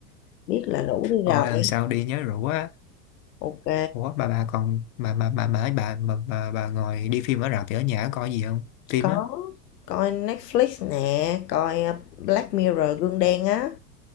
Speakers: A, on the left; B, on the left.
A: Biết là rủ đi
B: rồi
A: rồi.
B: lần sau đi nhớ rủ á
A: Ok.
B: ủa bà bà còn mà mà mà mà ấy bà mà bà, bà ngồi đi phim ở rạp thì ở nhà có coi gì không phim
A: Có,
B: á
A: coi Netflix nè, coi ờ, Black Mirror gương đen á.